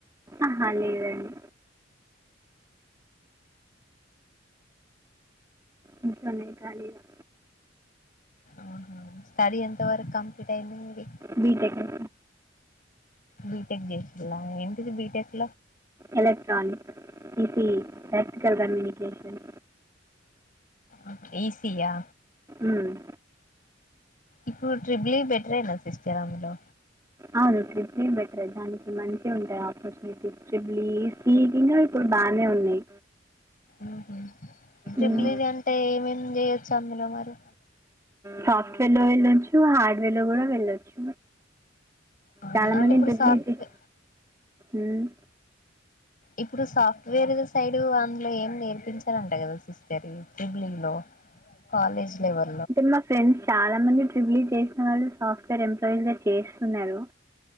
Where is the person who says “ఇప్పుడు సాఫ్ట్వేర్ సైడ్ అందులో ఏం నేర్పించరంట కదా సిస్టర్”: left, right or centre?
Left